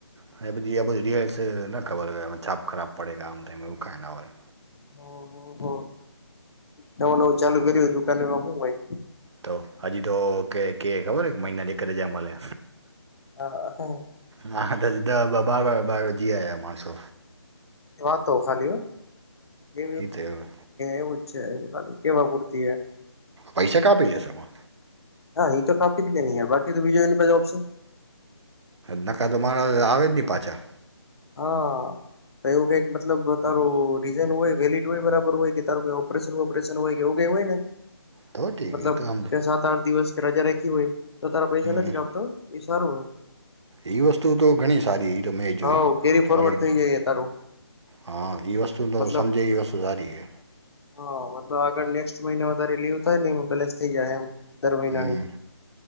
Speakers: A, on the right; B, on the left.
A: અને પછી આ બધી રયલ્સ ન ખબર હ એમાં છાપ ખરાબ પડે કે આમ થાય એવું કાઈ ના હોય
B: હમ હમ હ નવું નવું ચાલુ કર્યું હો દુકાન એમાં હું હોય
A: તો હજી તો કે કે ખબર કે મહિના દતે જ મલે
B: હ હા <inaudible> <unintelligible>
A: હા દા દા બા બાર બારજી માણસો
B: વાતો ખલી હો <unintelligible>
A: એ તો
B: એવું જ છે એ ખલી કેવા પૂરતી આ
A: પૈસા ક્યા <unintelligible> એમાં.
B: હા એ તો કોપી કેઈ ની યાર બાકી તો બીજું ને બધું
A: નકા તો માણસ આવે જ નહી પાછા.
B: હા તો એવું કઈક મતલબ તારું રીઝન હોય વેલીડ હોય બરાબર હોય કે તારું ઓપરેશન વપરેશનય હોય કેવું કઈ હોય ને
A: તો ઠીક
B: મતલબ
A: એ તો આમ
B: કે સાત આઠ દિવસ કે રજા રાખી હોય તો તારા પૈસા
A: હમ
B: નથી કાપતો એ સારું હોય.
A: એ વસ્તુ તો ઘણી સારી એ તો મેં જોઈ
B: હ કેરી
A: કે
B: ફોરવર્ડ
A: મતલબ
B: થઈ જાય તારું
A: હા એ વસ્તુ તો
B: મતલબ
A: સમજે એ વસ્તુ સારી છે.
B: હા મતલબ આગળ નેક્સ્ટ મહિના વધારે લીવ થાય ને પેલેસ થઇ જાય એમ. દર મહિનાની
A: હમ્મ.